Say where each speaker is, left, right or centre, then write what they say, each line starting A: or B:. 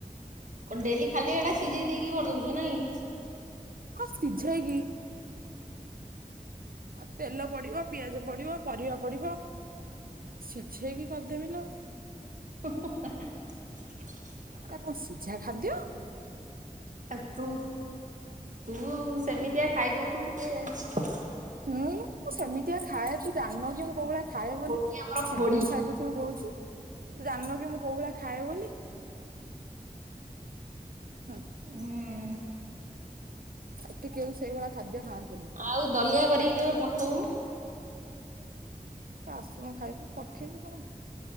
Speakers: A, on the right (about 60°); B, on the right (about 75°).
A: କନ ଡେଲି ଖାଲି ଏଡା ସିଝେଇ ଦେଇିକି କର୍ ଦୌଚୁ। କି ନାଇ।
B: ହଁ ସିଝେଇକି ଆଉ ତେଲ ପଡିବ ପିଆଜ ପଡିବ ପରିବା ପଡିବ ସିଝେଇକି କରିଦେମି ଲ।
A: ହୁଁ ହୁଁ ହ୍ମ ହ୍ନା।
B: ଏ ଙ୍କ ସିଝା ଖାଦ୍ୟ?
A: ଆ ତୁ ତୁ ସେମିତିଆ ଖାଇଦଉ ତୁ କେ ଜାଣିଚି।
B: ହୁଁ ମୁଁ ସେମିତିଆ ଖାଏ ତୁ ଜାଣନୁ କି ମୁଁ କୋଉ ଭଳିଆ ଖାଏ ବୋଲି
A: ଖୋଡି ଆମର
B: ତ ସିଝେଇ
A: ଖୋଡି
B: ଖାଇଦେଥିବୁ କହୁଛୁ। ତୁ ଜାଣିନୁ କି ମୁଁ କୋଉ ଭଳିଆ ଖାଏ ବୋଲି। ହୁଁ।
A: ହୁଁ
B: ଏଠୀ କେଉ ସେଇଭଳିଆ ଖାଦ୍ୟ ଖାଆନ୍
A: ଆଉ ଦଲିଆ କରିକି କେବେ ପଠଉନୁ।
B: ତୁ ଆସନୁ ଖାଇବୁ ପଠେଇବି କଣ